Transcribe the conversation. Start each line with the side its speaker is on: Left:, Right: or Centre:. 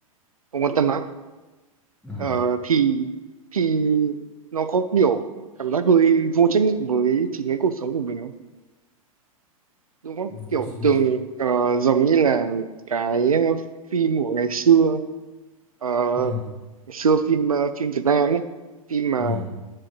Right: không quan tâm lắm
Centre: à,
Right: Ờ, thì thì nó có kiểu cảm giác hơi vô trách nhiệm với chính cái cuộc sống của mình không? Đúng không?
Centre: vô
Right: Kiểu
Centre: trách nhiệm
Right: Tường ờ, giống như là cái phim của ngày xưa ờ,
Centre: ừ
Right: ngày xưa phim ờ, phim Việt Nam ấy phim mà
Centre: ừ